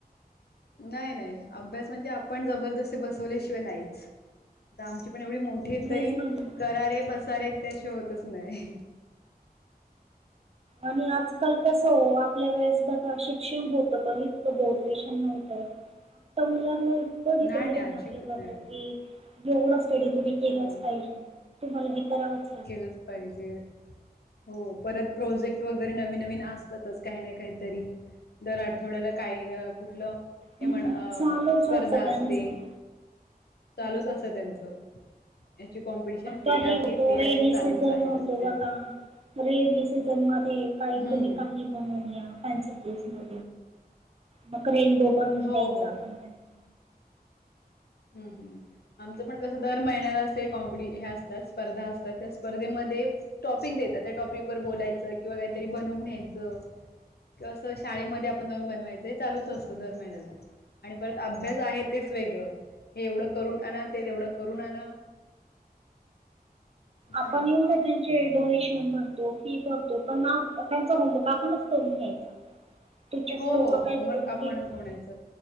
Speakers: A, on the left; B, on the right.
A: नाही नाही अभ्यास म्हणजे आपण जबरदस्ती बसवल्याशिवाय नाहीच. तर आमची पण एवढी मोठी आहे
B: नाहीच
A: तरी
B: म्हणजे
A: कारे बसारे त्याशि होतच नाही.
B: आणि आजकाल कसं हो आपल्या वेळेस बघा शिक्षण होतं पण इतकं बहुत रेषण नव्हतं. तर मुलांवर डिप्रेशन
A: नाही नाही
B: टाकलं
A: अजिबात
B: जातं
A: नाही
B: की एवढा स्टडी तुम्ही केलाच
A: हो
B: पाहिजे म्हण. तुम्हाला जी करावतं.
A: केलंच पाहिजे. हो परत प्रोजेक्ट वगैरे नवीन नवीन असतातच काही ना काहीतरी. दर आठवड्याला काही कुठलं. ए
B: हम्म
A: म्हण अ
B: चालूच
A: स्पर्धा
B: असतं त्यांचं.
A: अस असते चालूच अस त्यांचं याची कॉम्पिटिशन ते
B: का
A: आहे
B: हो
A: ते
B: रेनी
A: आहे चालूच
B: सीझन
A: आहे
B: होतो
A: त्यांचे
B: बघ रेनी सीझन मध्ये काही
A: हम्म
B: तुम्ही काही बून या फन्सी ड्रेस म मग रेनडो बनून
A: हो
B: द्यायचा
A: हो.
B: आपण त्यांनी
A: हम्म हम् आमचं पण कसं दर महिन्याला असे कॉम्पिटी हे असतात स्पर्धा असतात त्या स्पर्धेमध्ये टॉपिक देतात त्या टॉपिक वर बोलायचं किंवा काहीतरी बनवून घ्यायचं किंवा असं शाळेमध्ये आपण जाऊन बनवायचं चालूच असतं दर महिन्याला आणि परत अभ्यास आहे तेच वेगळं हे एवढं करून आण ते तेवढं करून आण.
B: आपण
A: आहे.
B: एवढं त्यांचे डोनेशन बर फी भरतो पण ना त्यांचा होमवर्क आपणच करून घ्यायचा टीचर्स
A: हो
B: लोक
A: हो
B: काहीच
A: होमवर्क
B: करून
A: आपणच
B: घेत नाही
A: म्हणायच